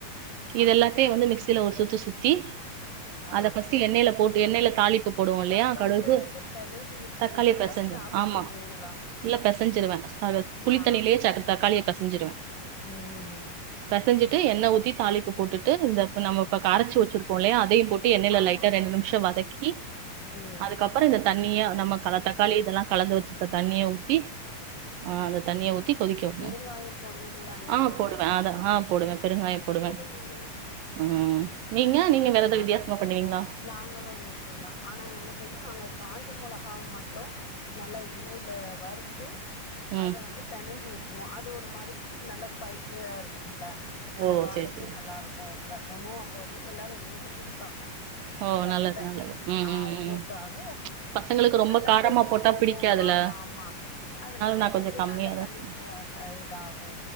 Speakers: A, on the right; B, on the left.
A: இத
B: ஆ,
A: எல்லாத்தியு வந்து மிக்சியில ஒரு சுத்துசுத்தி
B: ஆ.
A: அத ஃப்ஸ்ட் எண்ணெல போட்டு எண்ணெல தாளிப்பு போடுவோலியா
B: தக்காளிய
A: கடுகு
B: வந்து பெனஞ்சு விட்டுருவீங்களா?
A: தக்காளி பெசஞ்
B: இல்ல அவிச்சிருவீங்களா?
A: ஆமா இல்ல பெசஞ்சிருவே புளித்தண்ணியிலயே
B: ஆ.
A: சக்க தக்கா காளியா பெசஞ்சி்டுவே
B: ம்.
A: பெசஞ்சிட்டு எண்ணெ ஊத்தி தாலிப்பு போட்டுட்டு இந்த நம்ம கரைச்சி வச்சிருக்கோல்லயா அதையு போட் டு எண்ணெய
B: ஆமா.
A: லைட்டா ரெண்டு நிமிஷ வதக்கி
B: ம்.
A: அதுக்கப்ற இந்த தண்ணிய நமக் கலத்தக்காளி இதல்லா கலந்து வச்ச ந்த தண்ணிய ஊத்தி ஆ அந்த தண்ணிய ஊத்தி கொதிக்க விடணும்
B: பெருங்காயம் போடுவீங்களா நீங்க
A: ஆ
B: அதுக்கு?
A: போடுவே அத ஆ போடுவே பெருங்காயம் போடுவே
B: பெருங்காயம்.
A: ம் நீங்க நீங்க
B: அதனால
A: வேற எதாவது வித்தியாசமா பண்ணுவீங்களா
B: நாங்களு இதுதா ஆனா ஆன செய்வோ நாங்க காஞ்சம்முலக அ மற்றும் நல்லா எண்ணெயில வறுத்து
A: ம்
B: அத வந்து பெனஞ்சு விட் ருவோ அது ஒரு மாரி நல்ல ஸ்பைஸியா இருக்கும்ல அந்த
A: ஓ
B: வாடைக்கு
A: சரி சரி
B: நல்லா இருக்கு ரசமு அப்போ வந்து எல்லாரு எங்க வீட்ல குடிப்பாங்க
A: ஓ
B: ரசத்த
A: நல்லது நல்லது ம்
B: அதுக்காக
A: ம் ம் பசங்களுக்கு ரொம்ப
B: நல்லா
A: காரமா
B: செமிக்கு
A: போட்டா பிடிக்காதுல
B: ஆமா ஆமா அதனால
A: நான் கொஞ்சம்
B: இது
A: கம்மியா
B: நல்லா சமை
A: தான் செய்வேன்
B: அ ச இதாகு